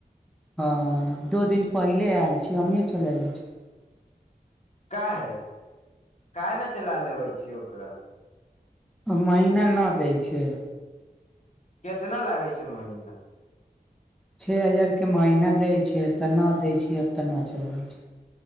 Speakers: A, in the centre; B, on the left.
A: ह दू दिन पहिले आयल छी हमही चले छेली।
B: काहे काहे नहि चला लेबे छीय ओकरा।
A: महीना नहि दै छैय।
B: कितना लागे छैय महीना।
A: छे हजार के महीना दै छैय तऽ न दै छैय अब तऽ नै चलबै छैय।